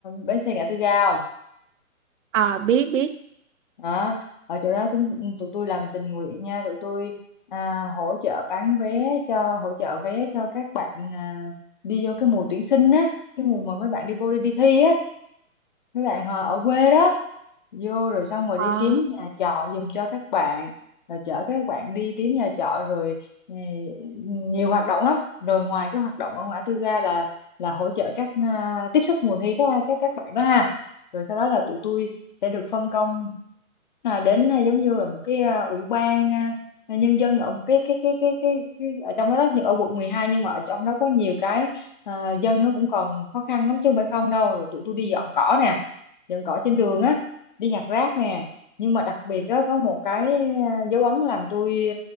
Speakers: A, on the left; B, on the right.
A: bến xe ngã tư ga không?
B: Ờ biết biết.
A: Đó, ở chỗ đó chúng tụi tôi làm tình nguyện nha, tụi tôi à, hỗ trợ bán vé cho hỗ trợ vé cho các bạn à, đi vô cái mùa tuyển sinh á, cái mùa mà mấy bạn đi vô đi, đi thi á. mấy bạn ờ, ở quê đó vô rồi xong rồi
B: Ờ
A: đi kiếm nhà trọ giùm cho các bạn rồi chở các bạn đi kiếm nhà trọ rồi ừ, nhiều hoạt động lắm rồi ngoài cái hoạt động ở ngã tư ga là là hỗ trợ các à, tiếp sức mùa thi các các các bạn đó ha rồi sau đó là tụi tôi sẽ được phân công à, đến à, giống như là một cái à, ủy ban à, nhân dân ở một cái cái cái cái cái, cái ở trong đó đó nhưng ở quận 12 nhưng mà ở trong đó có nhiều cái à, dân nó cũng còn khó khăn lắm chứ không phải không đâu rồi tụi tôi đi dọn cỏ nè dọn cỏ trên đường á đi nhặt rác nè nhưng mà đặc biệt á có một cái à, dấu ấn làm tôi